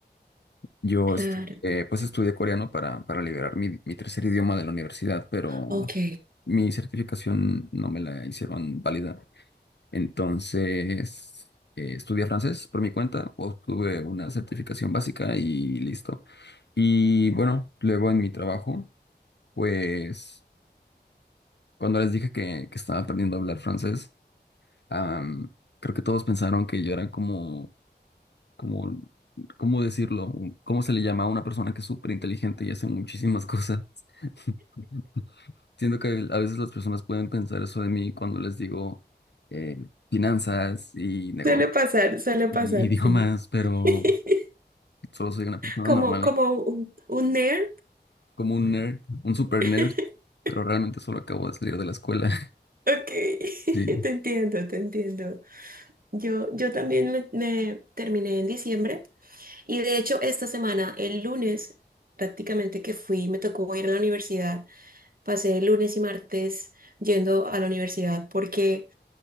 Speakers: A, on the left (about 70°); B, on the right (about 55°).
A: Yo
B: claro.
A: estudié, pues estudié coreano para, para liberar mi, mi tercer idioma de la universidad, pero
B: Ok.
A: mi certificación no me la hicieron válida Entonces, eh, estudié francés por mi cuenta, obtuve una certificación básica y listo. Y bueno, luego en mi trabajo, pues cuando les dije que, que estaba aprendiendo a hablar francés, am, creo que todos pensaron que yo era como, como, ¿cómo decirlo? Un- ¿Cómo se le llama a una persona que es súper inteligente y hace muchísimas cosas? <laughs> Siento que a veces las personas pueden pensar eso de mí cuando les digo eh, finanzas y negocios
B: Suele pasar, suele pasar,
A: y idiomas,
B: sí.
A: pero
B: <laughs>
A: Solo soy una persona
B: Como,
A: normal,
B: como un, un nerd.
A: como un nerd, un super
B: <laughs>
A: nerd, pero realmente solo acabo de salir de la escuela. <laughs>
B: Ok, <laughs>
A: Sí,
B: te entiendo, te entiendo. Yo, yo también me, me terminé en diciembre y de hecho esta semana, el lunes, prácticamente que fui, me tocó ir a la universidad. Pasé el lunes y martes yendo a la universidad porque